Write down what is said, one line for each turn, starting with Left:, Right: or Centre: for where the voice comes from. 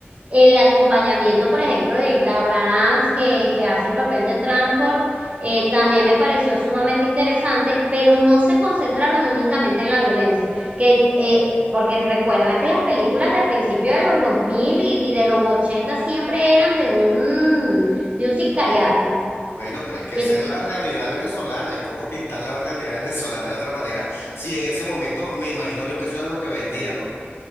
Right: el acompañamiento, por ejemplo, de Hilda Abrahams, que, que hace el papel de Tranford, eh, también me pareció sumamente interesante, pero no se concentraron únicamente en la violencia, que, eh, porque recuerda que las películas de principio de los 2000 y, y de los 80 siempre eran de un, de un sicariato.
Left: Bueno, pero es que
Right: Eh,
Left: esa es la realidad venezolana y cómo pintar la realidad <laughs> venezolana de otra manera, si en ese momento me imagino yo que eso era lo que vendía, ¿no?